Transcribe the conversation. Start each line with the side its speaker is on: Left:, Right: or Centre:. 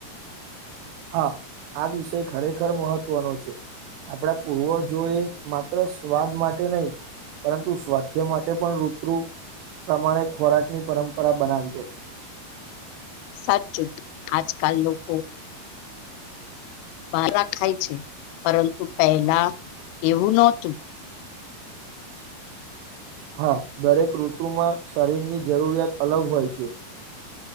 Right: હા આ વિષય ખરેખર મહત્વનો છે આપણા પૂર્વજોએ માત્ર સ્વાદ માટે નહી પરંતુ સ્વાસ્થ્ય માટે પણ ઋતુ પ્રમાણે ખોરાકની પરંપરા બનાવી હતી
Left: સાચુ આજ કલ લોકો બાર ખાય છે પરંતુ પહેલા એવું નહોતું
Right: હા દરેક ઋતુમાં શરીરની જરૂરિયાત અલગ હોય છે